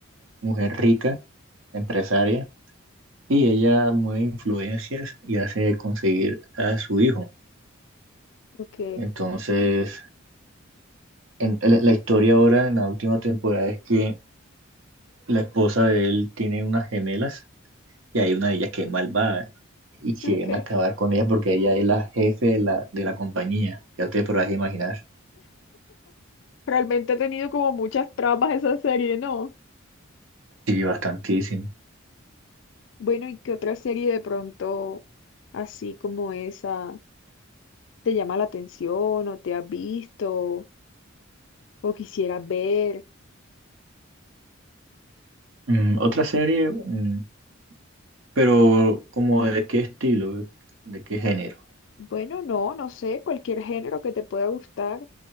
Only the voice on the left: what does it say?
Ok,
<laughs> ok.
Realmente ha tenido como muchas tramas esa serie, ¿no?
Bueno, ¿y qué otra serie de pronto así como esa te llama la atención o te has visto o quisieras ver?
Bueno, no, no sé, cualquier género que te pueda gustar.